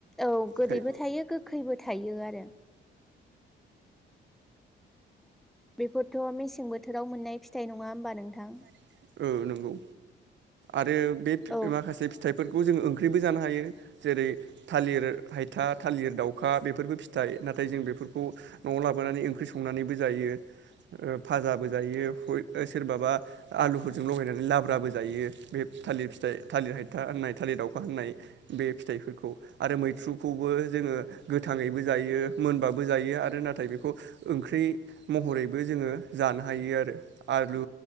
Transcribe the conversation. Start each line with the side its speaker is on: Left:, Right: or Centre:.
Centre: औ गोदैबो
Right: खाय
Centre: थायो गोखै फैबो थायो आरो बेफोरथ' मेसें बोथोराव मोननाय फिथाइ नङा होमबा नोंथां।
Right: औ नंगौ आरो बे
Centre: औ
Right: माखासे फिथाइफोरखौ जोङो ओं ओंख्रिबो जानो हायो जेरै थालिर हायथा थालिर दाउखा बेफोरबो फिथाइ नाथाय जों बेफोरखौ न'आव लाबोनानै ओंख्रि संनानैबो जायो फाजाबो जायो सोरबाबा आलुफोरजों लगायनानै लाब्राबो जायो बे थालिर फिथाइ थालिर हायथा होननाय थालिर दाउखा होननाय बे फिथाइफोरखौ आरो मैथ्रुखौबो जोङो गोथाङैबो जायो मोनबाबो जायो आरो नाथाय बेखौ ओंख्रि महरैबो जोङो जानो हायो आरो आलु